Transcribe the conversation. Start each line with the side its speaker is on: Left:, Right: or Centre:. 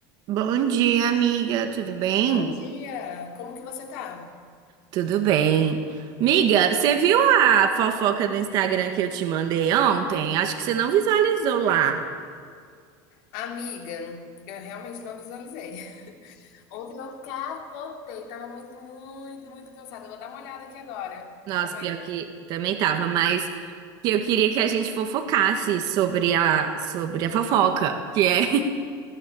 Right: Bom dia, amiga. Tudo bem?
Left: Bom dia, como que você tá?
Right: Tudo bem. Amiga, você viu a fofoca do Instagram que eu te mandei ontem? Acho que você não visualizou lá.
Left: Amiga, eu realmente não visualizei. <laughs> Ontem eu capotei, tava muito, muito, muito cansada. Eu vou dar uma olhada aqui agora.
Right: Nossa,
Left: Calma
Right: pior
Left: aí.
Right: que também tava, mas que eu queria que a gente fofocasse sobre a sobre a fofoca, que é